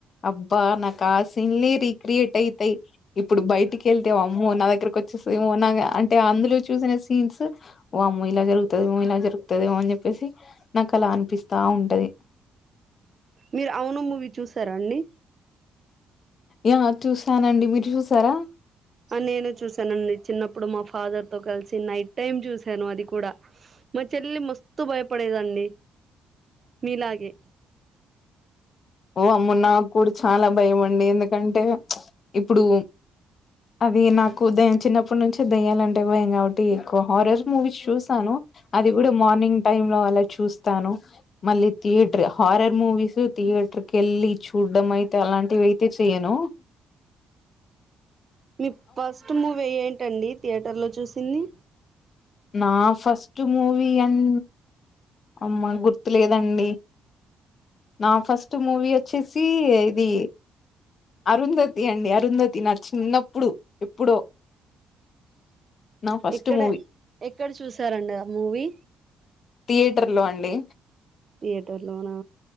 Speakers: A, on the left (about 50°); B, on the right (about 40°).
A: అబ్బా నాకు ఆ సీన్లే రీక్రియేట్ అయితయి ఇప్పుడు బయటికెళ్తే వామ్ అమ్మో నా దగ్గరకొచ్చేస్ మో నాకి అంటె అందులో చూసిన సీన్స్ వామ్మో ఇలా జరుగుతాదేమో ఇలా జరుగు గుతదేమో అని చెప్పేసి నాకు అలా అనిపిస్తా ఉంటది
B: మీరు అవును మూవీ చూసారా అండి.
A: యా చూసానండి. మీరు చూసారా
B: నేను చూసానండి చిన్నప్పుడు మా ఫాదర్ తో కలిసి నైట్ టైమ్ చూసాను అది కుడా. మా చెల్లెలు మస్తు భయపడేది అన్ డి మీలాగే
A: అమ్మో నాకు కూడా చాలా భయమండి ఎందుకంటే ఇప్పుడు అది నాకు దయ్యం చిన్నప్పటి నుంచే దయ్యాలంటే భయం కాబట్టి ఎక్కువ హారర్ మూవీస్ చూసాను అది గూడ మార్నింగ్ టైమ్ లో అలా చూస్తాను. మల్లి థియేటర్ హారర్ మూవీస్ థియేటర్ కెళ్ళి చూడ్డం అయితే అలాంటివయితే చెయ్యను.
B: మీ ఫస్ట్ మూవీ ఏంటండి థియేటర్ లో చూసింది.
A: నా ఫస్ట్ మూవి అన్ అమ్మ గుర్తులేదండి నా ఫస్ట్ మూవీ వచ్చేసీ ఇది అరుంధతి అండి అరుంధతి నా చిన్నప్పుడు ఎప్పుడో
B: <unintelligible>
A: నా ఫస్ట్
B: ఇక్కడే
A: మూవీ
B: ఎక్కడ చూసారండి ఆ మూవీ
A: థియేటర్ లో అండి
B: థియేటర్ లోనా